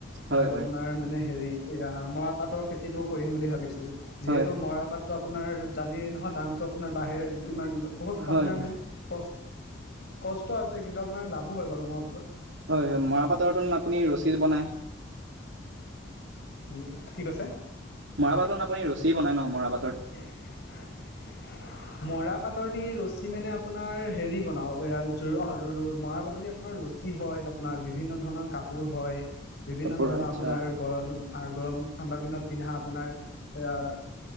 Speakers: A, on the right; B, on the left.
A: হয়
B: আৰু
A: হয়
B: আপোনাৰ মানে হেৰি এ, ৰাম মৰা পাতৰ খেতিটো কৰিম বুলি ভাবিছোঁ। যিহেতু
A: হয়
B: মৰা পাততো আপোনাৰ জানেই নহয়, দামটো আপোনাৰ বাঢ়ে কিমান বহুত
A: হয় হয়
B: আপোনাৰ মানে কষ্ট কস্ত আছে, কিন্তু আপোনাৰ লাভো হয়, মৰা পাটত।
A: হয়, হয়, মৰা পাটৰটো আপুনি ৰছী বনায়?
B: <unintelligible> কি কৈছে?
A: মৰা পাটৰ আপুনি ৰছী বনাই ন মৰা পাটৰ?
B: <unintelligible> মৰা পাটৰ দি ৰছী মানে আপোনাৰ হেৰি বনাও এ অ মৰা পাটৰ দি আপোনাৰ ৰছ যি হয়। আপোনাৰ বিভিন্ন ধৰণৰ কাপোৰ হয়। বিভিন্ন
A: কাপোৰ
B: ধৰণৰ
A: হয় আচ্ছা
B: আপোনাৰ গৰ গৰম ঠাণ্ডা দিনত পিন্ধা আপোনাৰ এয়া